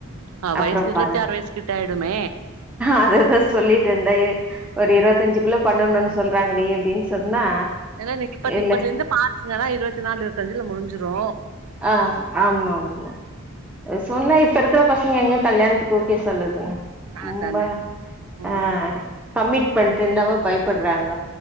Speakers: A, on the right; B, in the centre.
A: ஆ
B: அப்புறோ
A: வயசு இருவத்தி
B: பாரே
A: ஆறு வயசு கிட்ட ஆயிடுமே
B: அததா சொல்லிட்டு இருந்தே எ ஒரு இருவத்தஞ்சுகுள்ள பண்ணணுனு சொல்றாங்கடி அப்டினு சொன்னா
A: ஏனா நீங்க இப்பத்
B: இல்ல
A: இப்பத்துல இருந்து பாத்தீங்கனா இருவத்தி நாலு இருவத்திஞ்சுல முடிஞ்சுரு
B: அ ஆமா ஆமா சொன்னா இப்ப இருக்கற பசங்க எங்க கல்யாணத்துக்கு ஓகே சொல்லுதுங்க ரொம்ப
A: அதானே ம்
B: ஆ கம்மிட் பண்ட்டு என்னவோ பயப்படுறாங்க